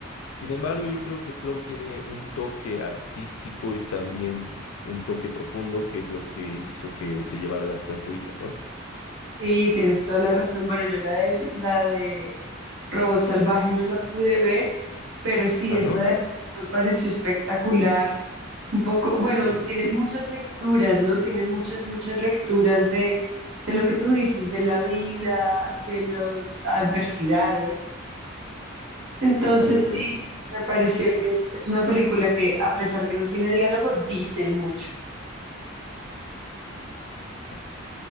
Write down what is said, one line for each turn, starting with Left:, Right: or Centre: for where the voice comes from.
Left: Sin embargo, yo creo que Flow tiene un toque artístico y también un toque profundo que es lo que hizo que se llevara la estatuilla, ¿no?
Right: Sí, tienes toda la razón. Bueno, yo la de la de Robot Salvaje no la pude ver, pero sí,
Left: Ah,
Right: esta
Left: ¿no?
Right: de Flow me pareció espectacular. Un poco, bueno,
Left: Sí,
Right: tiene muchas lecturas, ¿no? Tiene muchas, muchas lecturas de, de lo que tú dices, de la vida, de las adversidades. Entonces,
Left: exactamente.
Right: sí,
Left: Eso
Right: me pareció que es, es una película que, a pesar que no tiene diálogo, dice mucho.
Left: es-